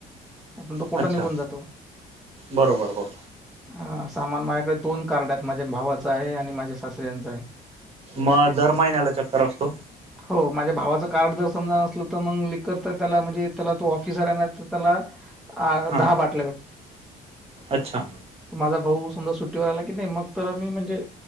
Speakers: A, in the centre; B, on the right (about 35°).
A: अन् तू कुठं
B: अच्छा
A: निघून जा
B: बरोबर हो.
A: हा, सामान माझ्याकडे दोन कार्ड आहेत. माझ्या भावाचं आहे, आणि माझ्या सासऱ्यांचं आहे.
B: मग दर महिन्याला चक्कर असतो
A: हो, माझ्या भावाचं कार्ड जर समजा असलं त मंग विकत त्याला म्हजे त्याला तो ऑफिसर आहे मये त्याला आ
B: हां
A: दहा बाट
B: अच्छा!
A: माझा भाऊ सुन्दा सुट्टीवर आला की नई मग तर आम्ही म्हंजे